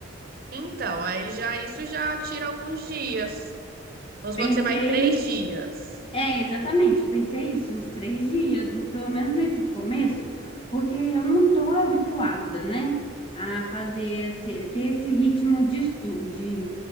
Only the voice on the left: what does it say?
Pensei
É, exatamente, pensei isso, uns três dias, no- pelo menos nesse começo, porque eu não estou habituada, né, a fazer, esse- ter esse ritmo de, estu, de,